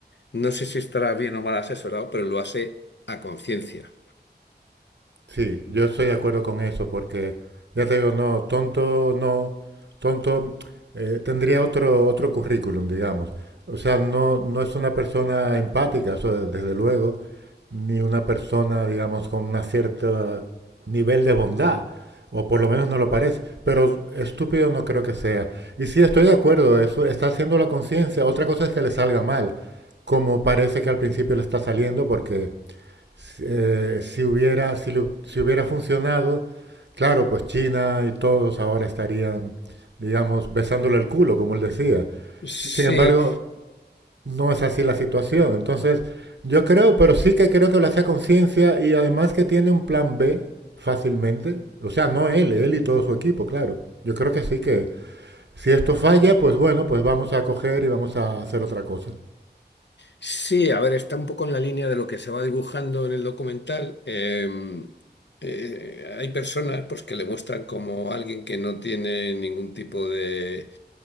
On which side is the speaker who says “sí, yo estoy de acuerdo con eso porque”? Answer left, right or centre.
Right